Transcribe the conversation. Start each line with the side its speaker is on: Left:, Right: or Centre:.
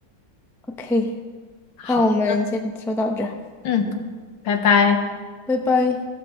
Centre: OK，
Left: 好的，
Centre: 那我们先说到这儿，
Left: 嗯，拜拜。
Centre: 拜拜。